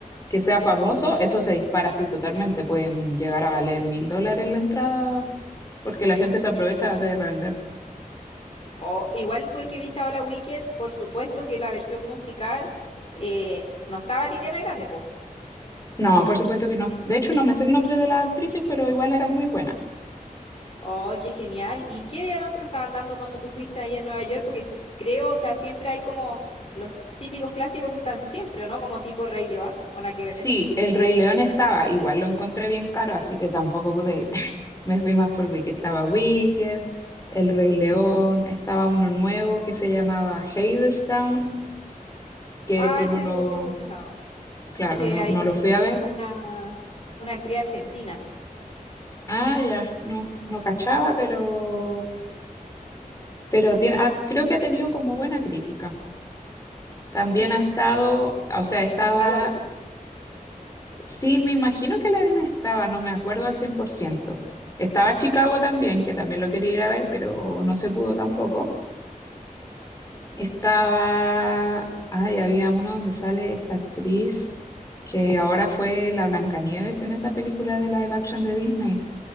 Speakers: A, on the left; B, on the left.
A: que sea famoso, eso se dispara así totalmente, pueden llegar a valer mil dólares la entrada porque la gente se aprovecha de revender.
B: O igual tú el que viste ahora Wicked, por supuesto que la versión musical eh, no estaba Ariana Grande, po.
A: No, por supuesto que no. De hecho, no me sé el nombre de las actrices, pero igual eran muy buenas.
B: ¡Ay, qué genial! ¿Y qué otro estaban dando cuando tú fuiste ahí en Nueva York? Porque s- creo, o sea, siempre hay como los típicos clásicos que están siempre, ¿o ¿no? Como tipo Rey León, o nada que ver.
A: Sí, El Rey León estaba, igual lo encontré bien caro, así que tampoco pude ir. <laughs> Me fui más por Wicked. Estaba Wicked, El Rey León, estaba uno nuevo que se llamaba Hadestown, que
B: Ah,
A: ese
B: ese
A: no lo,
B: lo, lo he escuchado,
A: claro,
B: que
A: no,
B: ahí
A: no
B: participó
A: lo fui a ver.
B: una, una actriz argentina.
A: Ah, ya, no, no cachaba, pero, pero tiene, ah, creo que ha tenido como buena crítica. También
B: Sí,
A: ha estado, o sea, estaba
B: Aladdin.
A: Sí, me imagino que la harina estaba, no me acuerdo al 100%. Estaba Chicago también, que también lo quería ir a ver, pero no se pudo tampoco. Estaba, ay, había uno donde sale esta actriz que ahora fue la Blancanieves en esa película de live action de Disney.